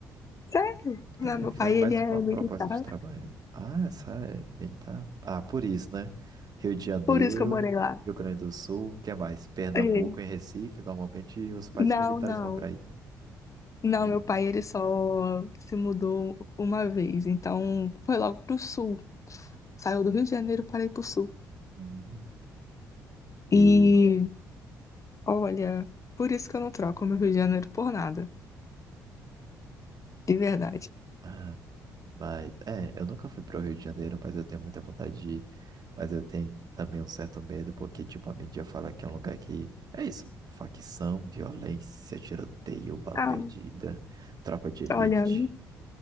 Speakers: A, on the left (about 35°); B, on the right (about 45°).
A: Sério?
B: É,
A: Não, meu
B: foi
A: pai,
B: mais
A: ele é
B: uma proposta
A: militar,
B: de trabalho. Ah, essa é militar. Ah, por isso, né? Rio de Janeiro,
A: por isso que eu morei lá.
B: Rio Grande do Sul, que mais? Pernambuco
A: É.
B: e Recife, normalmente os países
A: Não,
B: militares
A: não.
B: vão para aí.
A: Não,
B: E,
A: meu pai, ele só se mudou uma vez. Então, foi logo pro sul. Saiu do Rio de Janeiro para ir pro sul.
B: Hum. e
A: E, olha, por isso que eu não troco meu Rio de Janeiro por nada. De verdade.
B: ah, mas é, eu nunca fui para o Rio de Janeiro, mas eu tenho muita vontade de ir. Mas eu tenho também um certo medo, porque tipo a mídia fala que é um lugar que é isso, facção, violência, tiroteio, bala
A: Ah,
B: perdida, tropa de elite
A: olha,